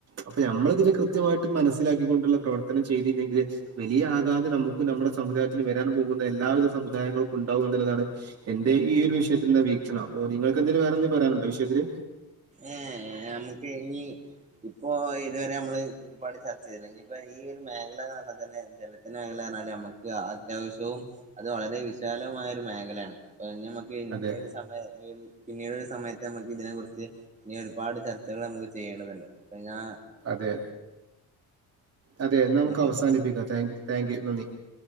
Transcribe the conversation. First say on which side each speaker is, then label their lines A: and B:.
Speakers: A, on the right; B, on the right.
A: അപ്പൊ നമ്മള് ഇതിന് കൃത്യമായിട്ട് മനസ്സിലാക്കിക്കൊണ്ടുള്ള പ്രവർത്തനം ചെയ്തിലെങ്കില് വലിയ ആകാതം നമുക്കും നമ്മുടെ സമുദായത്തിനും വരാൻ പോകുന്ന എല്ലാവിധ സമുദായങ്ങൾക്കും ഉണ്ടാവും എന്നുള്ളതാണ് എന്റെ ഈ ഒരു വിഷയത്തിന്റെ വീക്ഷണം അപ്പോ നിങ്ങക്ക് എന്തെലും വേറെന്തങ്കിലും പറയാനുണ്ടോ വിഷയത്തില്
B: ഏഹ് നമുക്ക് ഇഞ്ഞി ഇപ്പോ ഇതുവരെ നമ്മള് ഒരുപാട് ചർച്ച ചെയ്തില്ലേ ഇനി ഇപ്പ ഈ ഒരു മേഖല എന്ന് പറഞ്ഞാൽ തന്നെ ജലത്തിന്റെ മേഖല പറഞ്ഞാല് നമുക്ക് അത്യാവശ്യവും അത് വളരെ വിശാലമായ ഒരു മേഖലയാണ് അപ്പൊ ഇഞ്ഞ്മ്മക്ക് പിന്നേരു
A: അതെ
B: സമയത് പിന്നീട് ഒരു സമയത്ത് നമ്മക്ക് ഇതിനെ കുറിച്ച് ഇനി ഒരുപാട് ചർച്ചകൾ നമുക്ക് ചെയ്യേണ്ടതല്ലേ പിന്നാ
A: അതെ അതെ നമുക്ക്
B: എന്നാ ശരി
A: അവസാനിപ്പിക്കാ താങ്ക്യു താങ്ക്യു നന്ദി